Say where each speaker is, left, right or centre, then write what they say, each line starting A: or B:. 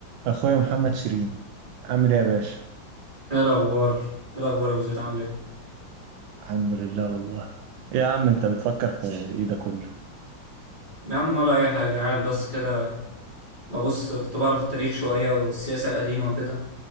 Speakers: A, on the right (about 80°); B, on the right (about 25°).
A: اخويا محمد شيرين عامل ايه يا باشا
B: ايه الاخبار ايه الاخبار يا ابو زيد عامل ايه
A: الحمد لله والله إيه يا عم انت بتفكر في ايه ده كله
B: يا عم ولا اي حاجه قاعد بس كده ببص كنت بعرف التاريخ شويه والسياسه القديمه وكده